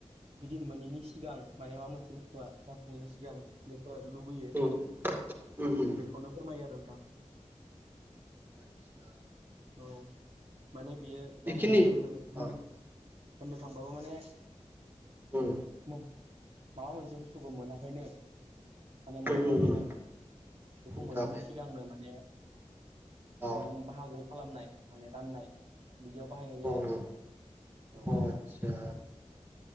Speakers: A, on the right; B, on the right.
A: बिदि मोनिनि सिगां माने माबा मोनसे बुस्थुआ जाफुङैनि सिगां बेखौ लुबैयो।
B: उम उम
A: बेखौनो
B: उम।
A: फोरमायो आरो नोंथां।
B: आतसा
A: औ माने बियो डाइरेक्टलि
B: इखिनि
A: होननो होनो
B: अ
A: होननो थांबाबो माने
B: उम
A: मो माबा मोनसे बुस्थुखौ मोनाखैनो माने
B: उम
A: मोनथ'वाखैनो
B: उम उम
A: बेखौ
B: मोनथाराखै
A: मोनैनि सिगांनो माने
B: अ
A: नों बाहागो खालामनाय माने राननाय बिदियाव बाहायनाय जायो
B: अ
A: आरो।
B: अ
A: औ
B: आतसा
A: नोंथां।